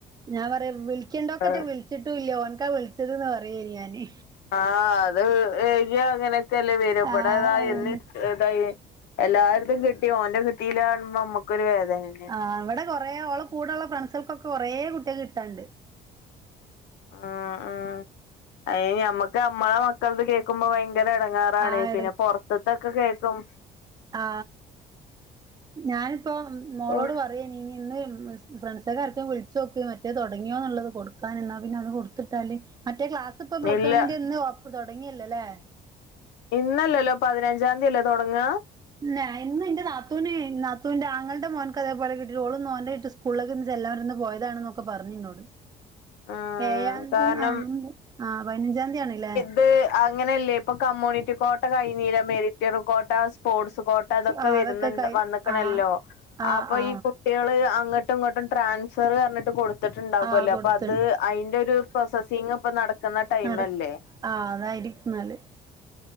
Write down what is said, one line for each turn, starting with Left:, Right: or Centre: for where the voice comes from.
Right: ഞാൻ പറ വിളിക്കണ്ടോക്ക്
Left: ഉം
Right: വിളി ചിട്ടും ഇല്ല ഓനക്കാ വിളിച്ചത് പറയ ഞാന്
Left: ആ അത് എഴുതിയ അങ്ങനെയൊക്കെല്ലേ വരു ഇവിടെ
Right: ആഹ്
Left: ഇതാ ഇന്ന് ത എല്ലായിടത്തും കിട്ടി ഓന്റെ കിട്ടിയില്ലന്ന് പറയുമ്പം നമ്മുക്കൊരു വേദന തന്നെ
Right: ആ ഇവിടെ കുറേ ഓളെ കൂടെള്ള ഫ്രണ്ട്സുകൾക്കൊക്കെ കുറേ കുട്ടികൾക്ക് കിട്ടാനുണ്ട്.
Left: ആ ആ അതിന് ഞമ്മക്ക് ഞമ്മളെ മക്കള കേൾക്കുമ്പോ ഭയ- യങ്കര എടങ്ങാറാണെ
Right: ആഹ്
Left: പിന്നെ പുറത്തത്തൊക്കെ കേൾക്കും
Right: ആ ഞാനിപ്പം മോളോട്
Left: ഓഹ്
Right: പറ അത് ഇനി ഇന്ന് ഫ്രണ്ട്സൊക്കെ ആർക്കെക്കും വിളിച്ച് നോക്ക് മറ്റേ തുടങ്ങിയോ എന്നുള്ളത് കൊടുക്കാന് എന്നാൽ പിന്നെ അത് കൊടുത്തിട്ടാൽ മറ്റേ ക്ലാസ് ഇപ്പൊ പ്ലസ്
Left: ഇല്ല
Right: വണ്ണിന്റെ ഇന്ന്ഒപ്പ് തുടങ്ങിയല്ലല്ലേ?
Left: ഇന്നല്ലല്ലോ പതിനഞ്ചാം തീയതിയല്ലോ തുടങ്ങ
Right: ല്ല ഇന്ന് എന്റെ നാത്തൂനെ നാത്തുന്റെ ആങ്ങളന്റെ മോനക്ക്തേപോലെ കിട്ടിട്ട് ഓള് ഇന്ന് ഓനൊയിട്ട് ഇകു സ്കൂളിലൊക്ക നിന്ന് ചൊല്ലാ പറഞ് ഇന്ന് പോയതാണൊക്കെ പറഞ്ഞുന്നോട്
Left: <inaudible>
Right: ഏഴാംതിയതി
Left: കാരണം
Right: ആ ആ പതിനഞ്ചാംതിയ്യതി ആണ്ല്ലേ
Left: ത് അങ്ങനെയല്ലേ ഇപ്പൊ കമ്മ്യൂണിറ്റി കോട്ട കഴിഞ്ഞീല്ലേ മെരിറ്റിയർ കോട്ട സ്പോർട്സ് കോട്ട ഇതൊക്ക
Right: ആ
Left: വരുന്നുണ്ട്
Right: അതൊക്കെ കൈ
Left: വന്നക്കണല്ലോ
Right: ആ ആ
Left: അപ്പൊ
Right: ആ
Left: ഈ- കുട്ടികള് അങ്ങോട്ടും ഇങ്ങോട്ടും ട്രാൻസ്ഫറ് പറഞ്ഞിട്ട് കൊടുത്തിട്ടുണ്ടാകുമല്ലോ
Right: ആ കൊടുത്ത്
Left: അ- അത് അയിന്റൊരു പ്രോസസ്സിംഗ് ഇപ്പ നടക്കുന്ന ടൈംല്ലേ
Right: നട ആ അതായിരിക്കും നല്ലത്